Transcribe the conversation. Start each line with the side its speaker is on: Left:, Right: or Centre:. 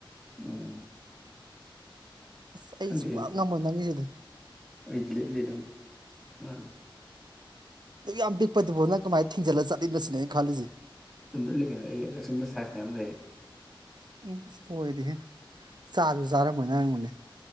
Centre: ꯎꯝ
Right: ꯑꯁ
Centre: ꯈꯪꯗꯦ
Right: ꯁꯨꯡꯉꯝ
Centre: ꯑꯩ
Right: ꯉꯝꯃꯣꯏ ꯅꯪꯒꯤꯁꯤꯗꯤ
Centre: ꯑꯩ ꯂꯤꯠꯂꯤ ꯑꯗꯨꯝ ꯃꯥ꯫
Right: ꯑꯗꯨꯛ ꯌꯥꯝ ꯄꯤꯛꯄꯗꯨꯕꯨ ꯅꯪ ꯀꯃꯥꯏꯅ ꯊꯤꯡꯖꯤꯜꯂꯒ ꯆꯠꯂꯤꯅꯤ ꯁꯤꯅꯦ꯫ ꯈꯥꯜꯂꯤꯁꯤ꯫
Centre: ꯑꯗꯨꯝ ꯂꯤꯠꯂꯤ ꯀꯔꯤꯅꯣ ꯑꯩ ꯑꯁꯨꯝꯕ ꯁꯥꯏꯁ ꯃꯌꯥꯝ ꯂꯩꯌꯦ꯫
Right: ꯎꯝ ꯄꯣꯏꯔꯦꯍꯦ ꯆꯥꯖꯨ ꯆꯥꯔꯝꯃꯣꯏꯅ ꯌꯦꯡꯉꯨꯅꯦ꯫